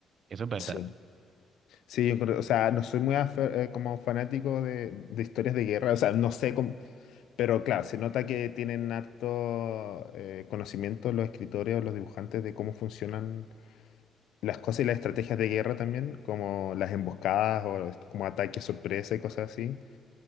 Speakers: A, on the right; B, on the left.
A: Eso es verdad.
B: Sí, sí, yo creo- o sea, no soy muy afe- eh, como fanático de, de historias de guerra, o sea, no sé cómo, Pero claro, se nota que tienen harto eh, conocimiento los escritores o los dibujantes de cómo funcionan las cosas y las estrategias de guerra también, como las emboscadas o estos como ataques sorpresa y cosas así.